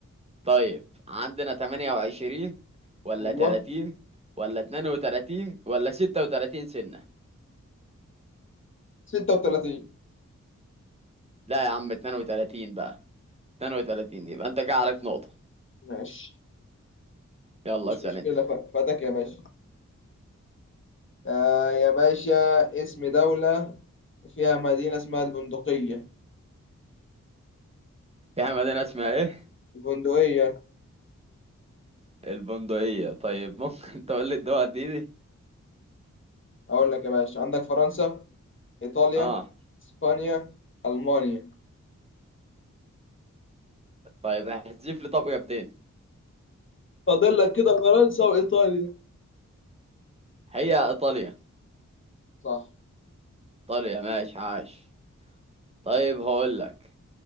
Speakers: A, on the right (about 20°); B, on the left (about 45°).
A: طيب عندنا 28 ولا
B: ايوه
A: 30 ولا 32 ولا 36 سنة
B: 36
A: لا يا عم 32 بقى 32 يبقى انت كده عليك نقطة
B: ماشي
A: يلا
B: مش
A: اسأل
B: مشكله
A: انت
B: ف- فاتك يا باشا آه يا باشا اسم دوله فيها مدينه اسمها البندقيه
A: في مدينة اسمها ايه
B: البندقيه
A: البندقية طيب ممكن <laughs> تقول لي الدول دي دي
B: اقول لك يا باشا عندك فرنسا ايطاليا
A: اه
B: اسبانيا المانيا
A: طيب احذف لي طب اجابتين
B: فاضل لك كده فرنسا وايطاليا
A: هي ايطاليا
B: صح
A: ايطاليا ماشي عاش طيب هقول لك